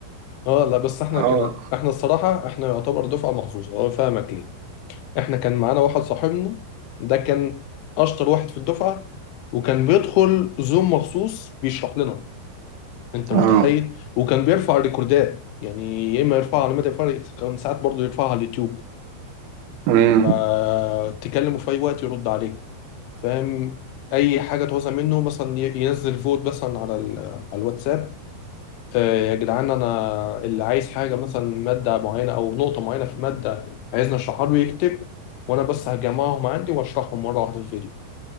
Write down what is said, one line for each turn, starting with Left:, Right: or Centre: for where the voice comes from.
Left: اه لا بس احنا
Right: اه
Left: كان احنا الصراحه احنا يعتبر دفعه مخصوصه اه فاهمك ليه احنا كان معانا واحد صاحبنا ده كان اشطر واحد في الدفعه وكان بيدخل زوم مخصوص بيشرح لنا انت متخيل
Right: اه
Left: وكان بيرفع الريكوردات يعني يا اما يرفعها على مدى الفرق كان ساعات برضه يرفعها على اليوتيوب
Right: امم
Left: فتكلمه في أي وقت يرد عليك فاهم أي حاجة تعوزها منه مثلا ي- ينزل فوت مثلا على ال- على الواتساب آه، يا جدعان أنا اللي عايز حاجة مثلا مادة معينة أو نقطة معينة في مادة عايزني أشرحها له يكتب وأنا بس هجمعهم عندي وأشرحهم مرة واحدة في الفيديو